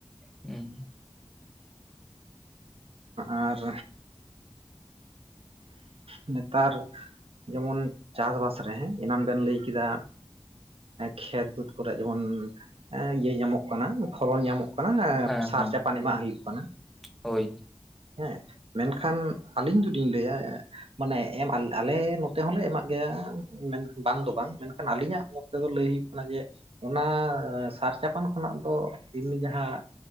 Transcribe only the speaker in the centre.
ᱦᱩᱸ
ᱦᱮᱸ
ᱦᱮᱸ
ᱦᱳᱭ᱾